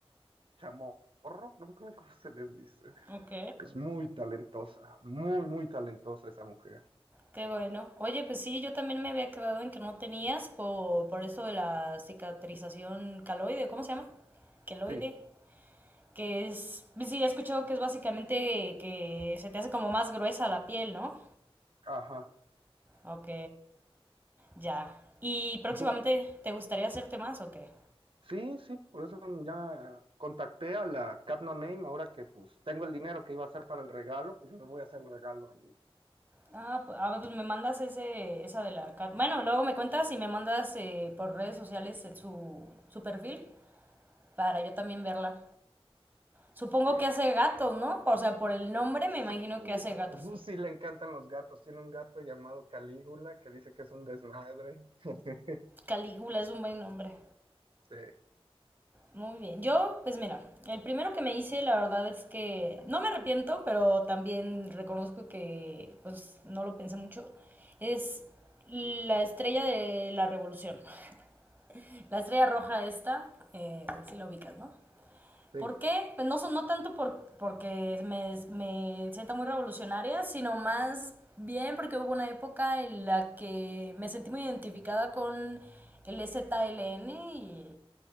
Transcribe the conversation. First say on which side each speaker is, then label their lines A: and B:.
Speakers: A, on the right (about 60°); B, on the right (about 20°).
A: chamorro, no me acuerdo cómo se les dice.
B: ok.
A: Pero Es muy talentosa, muy, muy talentosa esa mujer.
B: Qué bueno. Oye, pues sí, yo también me había quedado en que no tenías por, por esto de la cicatrización caloide, ¿cómo se llama? Queloide.
A: Sí,
B: Que es, sí, he escuchado que es básicamente que se te hace como más gruesa la piel, ¿no?
A: ajá.
B: Ok, ya. ¿Y próximamente
A: Du-
B: te gustaría hacerte más o qué?
A: sí, sí, por eso ya contacté a la Cat No Name ahora que pues tengo el dinero que iba a hacer para el regalo, pues me voy a hacer el regalo a mí.
B: Ah, pu- ah, pues me mandas ese, esa de la... cat- Bueno, luego me cuentas y me mandas eh, por redes sociales eh, su, su perfil para yo también verla. Supongo
A: Sí.
B: que hace gatos, ¿no? O sea, por el nombre
A: Sí,
B: me imagino que hace gatos.
A: pues, uh, sí le encantan los gatos. Tiene un gato llamado Calígula que dice que es un desmadre. <laughs>
B: Calígula es un buen nombre.
A: Sí,
B: Muy bien. Yo, pues mira, el primero que me hice, la verdad es que no me arrepiento, pero también reconozco que pues no lo pensé mucho, es la estrella de la revolución. <laughs> La estrella roja esta, eh, si la ubicas, ¿no?
A: sí.
B: ¿Por qué? Pues no, son- no tanto por, porque me, me sienta muy revolucionaria, sino más bien porque hubo una época en la que me sentí muy identificada con el EZLN y